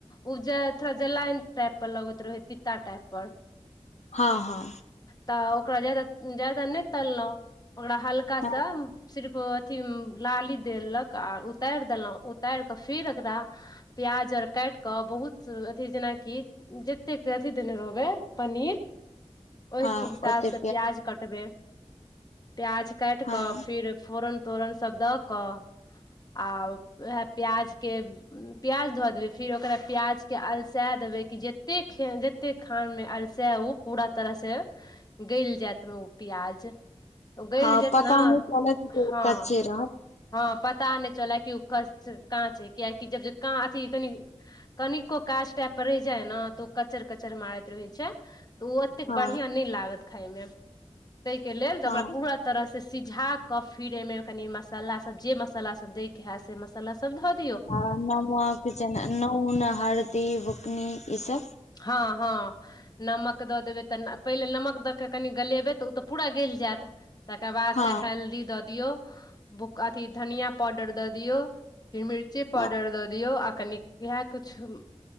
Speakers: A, on the left; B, on the left.
A: उ जे थोड़ा जलाइन टाइपर लगैत रहै तीता टाइप पर
B: हँ हँ
A: तऽ ओकरा ज्यादा ज्यादा नहि तललहुँ ओकरा हल्का
B: हँ
A: सा सिर्फ अथि लाली देलक आ उतारि देलहुँ उतारि कऽ फीर ओकरा प्याज आर काटि कऽ बहुत अथि जेनाकि जतेक अथी देने रहबै पनीर ओहिके
B: हँ
A: हिसाबसँ
B: ओते
A: प्याज कटबै प्याज काटि
B: हँ
A: कऽ फिर फोरन तोरन सब दऽ कऽ आ उएह प्याज के प्याज धऽ देबै फेर ओकरा प्याज के अलसा देबै कि जतेक खे जते कते खान मे अलसे ओ पूरा तरह से गैल जेत मे ओ प्याज ओ गैल
B: हँ
A: जेत
B: पता
A: न
B: नहि चलत जे
A: हँ
B: ओ कच्चे रहत
A: हँ पता नहि चलै कि ओ <unintelligible> कच्च काँच हय कियेकि जब जे काँ अथी कनी कनिको काँच टाइप पर रहि जाय हय न तऽ ओ कचर कचर मारैत रहै छै तऽ ओ ओतेक
B: हँ
A: बढ़ियाँ नहि लागत खायमे तहि के लेल तऽ
B: हँ
A: ओकरा पूरा तरह से सिझा के फिर एमे कनि मसाला सब जे मसाला सब दय के हेत से मसाला सब ध
B: आ नमक कि जेना नून हरदी बुकनी ई सभ
A: हँ हँ नमक दऽ देबै तऽ पहिले नमक दऽ क कनि गलेबै तऽ ओ तऽ पूरा गैल जेत तकर बाद
B: हँ
A: से हेल्दी दऽ दियौ अथी धनिया पाउडर दऽ दियऔ फेर मिर्ची पाउडर
B: हँ
A: दऽ दियऔ आ कनि इएह किछु